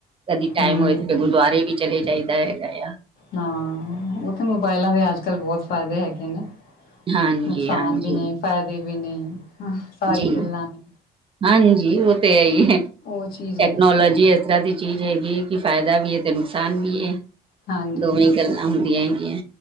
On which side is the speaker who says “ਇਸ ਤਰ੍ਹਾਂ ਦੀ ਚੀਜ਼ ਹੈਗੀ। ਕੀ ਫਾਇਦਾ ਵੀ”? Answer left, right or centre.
Right